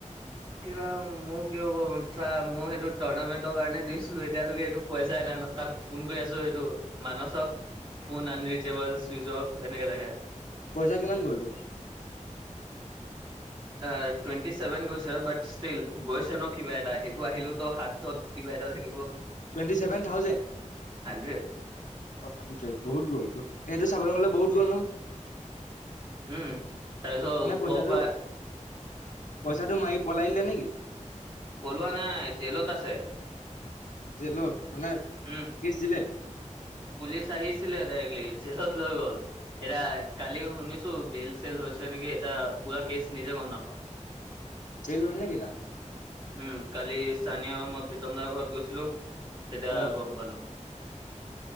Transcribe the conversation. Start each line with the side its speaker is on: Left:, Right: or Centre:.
Right: কিবা মোক কি হ'ব ছা মই সেইটো টুৰ্ণামেণ্টৰ কাৰণে দিছিলো এতিয়ালৈকে সেইটো পইচাই নাই নহয়। তাক ফোন কৰি আছো সেইটো মাইনচক ফোন আনৰিচবল চুইচ অফ এনেকে দেখাই আছে।
Left: পইচা কিমান গল তো?
Right: আ টুৱেণ্টি চেভেন গৈছে বাট ষ্টিল গৈছে ন কিবা এটা সেইটো আহিলো তো হাতত কিবা এটা থাকিব।
Left: Twenty seven thousand?
Right: Hundred
Left: hundred বহুত গ'ল টো সেইটো চাবলৈ গলে বহুত গ'ল নহয়।
Right: উম, তাৰপিছত
Left: মানে
Right: ওপৰৰ
Left: পইচাটো
Right: পৰা
Left: পইচাটো মাৰি পলাই দিলে নেকি?
Right: পলোৱাা নাই জেলত আছে।
Left: জেলত মানে
Right: উম।
Left: কেচ দিলে?
Right: পুলিচ আহিছিলে গাড়ীলে জেলত লৈ গ'ল। এতিয়া কালি শুনিছো বেল চেল হৈছে নেকি এতিয়া পুৰা কেচ নিজে গম নাপাওঁ।
Left: জেল হ'ল নেকি তাৰ?
Right: উম কালি চানি আৰু মই প্ৰীতম দাৰ ঘৰত গৈছিলো তেতিয়া
Left: অ
Right: গম পালো।